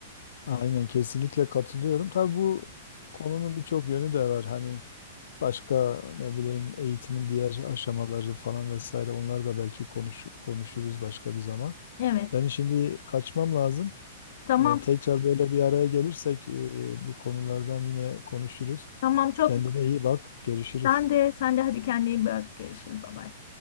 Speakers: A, on the left (about 80°); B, on the left (about 60°).
A: Aynen kesinlikle katılıyorum. Tabii bu konunun birçok yönü de var. Hani başka ne bileyim eğitimin diğer aşamaları falan vesaire onları da belki konuş, konuşuruz başka bir zaman.
B: Evet.
A: Ben şimdi kaçmam lazım.
B: Tamam.
A: Ee, tekrar böyle bir araya gelirsek e, bu konulardan yine konuşuruz.
B: Tamam çok.
A: Kendine iyi bak. Görüşürüz.
B: Sen de sen de hadi kendine iyi bak. Görüşürüz. Bay bay.